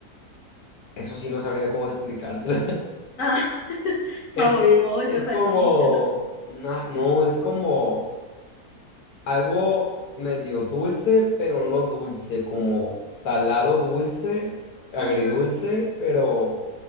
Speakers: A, on the left; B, on the left.
A: Eso sí no sabría cómo explicártelo.
B: Ah, <laughs>
A: Es
B: sabor
A: que
B: pollo,
A: es
B: salchicha,
A: como,
B: ¿no?
A: na- no, es como algo medio dulce, pero no dulce, como salado dulce, agridulce,
B: Ajá.
A: pero